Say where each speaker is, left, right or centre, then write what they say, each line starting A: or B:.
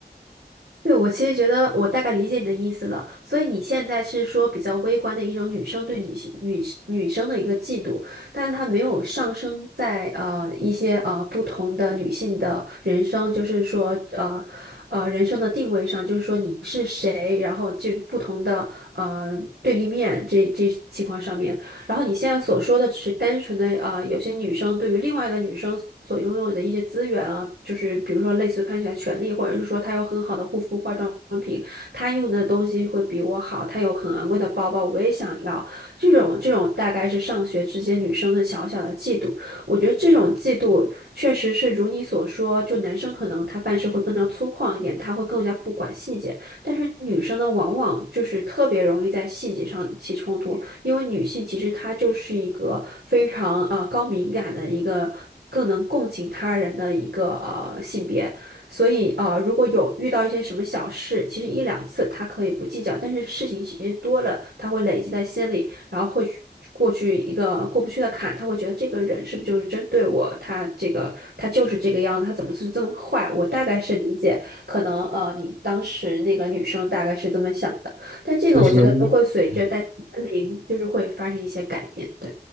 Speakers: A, on the right (about 70°); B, on the right (about 45°).
A: 对，我其实觉得我大概理解你的意思了，所以你现在是说比较微观的一种女生对女性女性女生的一个嫉妒，但是她没有上升在呃一些呃不同的女性的人生，就是说呃呃人生的定位上，就是说你是谁，然后就是不同的呃对立面这这情况上面，然后你现在所说的只是单纯的呃，有些女生对于另外一个女生所拥有的一些资源啊，就是比如说类似于看起来权利，或者是说她有很好的护肤化妆品，她用的东西会比我好，她有很昂贵的包包，我也想要。这种这种大概是上学之间女生的小小的嫉妒。我觉得这种嫉妒确实是如你所说，就男生可能他办事会更加粗犷一点，他会更加不管细节，但是女生呢，往往就是特别容易在细节上起冲突。因为女性其实她就是一个非常呃高敏感的一个。更能共情他人的一个呃性别，所以呃，如果有遇到一些什么小事，其实一两次她可以不计较，但是事情其实多了，她会累积在心里，然后会去过去一个过不去的坎，她会觉得这个人是不是就是针对我？他这个他就是这个样子，他怎么是这么坏？我大概是理解，可能呃，你当时那个女生大概是这么想的。但这个我觉得会随着大家年龄，
B: 是的，是的，我嗯。
A: 就是会发生一些改变。对。